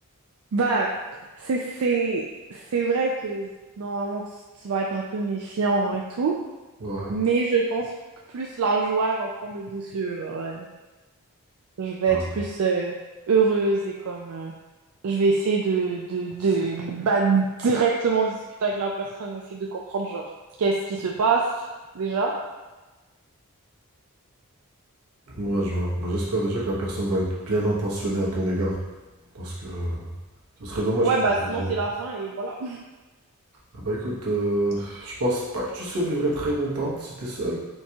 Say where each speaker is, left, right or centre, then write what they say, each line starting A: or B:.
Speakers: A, on the right (about 70°); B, on the right (about 85°).
A: Bah, c'est, c'est, c'est vrai que normalement, tu, tu vas être un peu méfiant et tout,
B: Ouais.
A: mais je pense que plus la joie va prendre le dessus. genre, ouais. Je vais
B: Ouais,
A: être plus euh, heureuse et comme... euh, je vais essayer de, de, de bah, directement discuter avec la personne, essayer de comprendre, genre, qu'est-ce qui se passe déjà.
B: Ouais, je vois. Bah, j'espère déjà que la personne va être bien intentionnée à ton égard, parce que euh, ce serait dommage
A: Ouais,
B: que
A: bah
B: tu te
A: sinon,
B: fasses-
A: c'est la fin et voilà.
B: Ah bah écoute, euh, je pense pas que tu survivrais très longtemps si t'es seule,